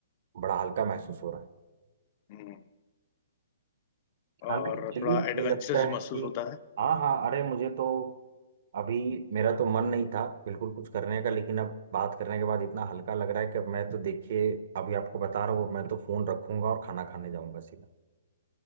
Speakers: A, on the right; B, on the left.
A: बड़ा हल्का महसूस हो रहा है
B: हम्म
A: हालांकि
B: और
A: चलिए
B: थोड़ा
A: मुझे
B: एडवेंचरस
A: लगता
B: भी
A: है
B: महसूस
A: कि
B: होता है
A: हाँ हाँ अरे मुझे तो अभी मेरा तो मन नहीं था बिल्कुल कुछ करने का लेकिन अब बात करने के बाद इतना हल्का लग रहा है कि अब मैं तो देखिए अभी आपको बता रहा हूँ मैं तो फोन रखूंगा और खाना खाने जाऊंगा सीधा